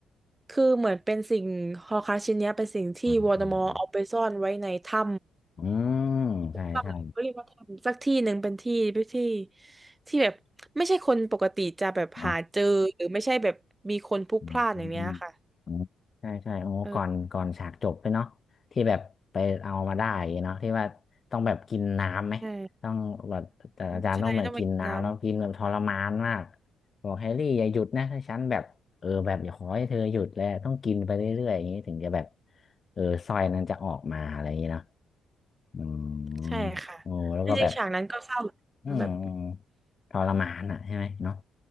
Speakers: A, on the right (about 20°); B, on the left (about 40°).
A: คือเหมือนเป็นสิ่งฮอร์ครักซ์ชิ้นเนี้ยเป็นสิ่งที่วอลเดอมอร์เอาไปซ่อนไว้ในถ้
B: อืมอืมอืมอืมใช่ใช่
A: ำถ้ำหรือเขาเรียกว่าถ้ำสักที่หนึ่งเป็นที่ที่ที่แบบไม่ใช่คนปกติจะแบบหาเจอหรือไม่ใช่แบบมีคนพลุกพล่านอย่างเนี้ยค่ะ
B: เนาะ อืมอ๋อใช่ใช่โอ้ก่อนก่อนฉากจบด้วยเนาะที่แบบไปเอามาได้เนาะที่ว่าต้องแบบกินน้ำไหมต้องแบบแต่อาจารย์ต้องแบบกินน้ำแล้วกินแบบทรมานมาก
A: เออใช่ใช่ต้องไปกินน้
B: บอกแฮร์รี่อย่าหยุดนะถ้าฉันแบบเออแบบอย่าขอให้เธอหยุดแล้วต้องกินไปเรื่อยๆอย่างนี้ถึงจะแบบเออสร้อยนั้นจะออกมาอะไรอย่างนี้เนาะอืม
A: ำใช่ค่ะ
B: โอ้แล้วก็แบบ
A: จริงๆฉากนั้นก็เศร้า
B: อืมอืม
A: แบบ
B: ทรมานอ่ะใช่ไหมเนาะ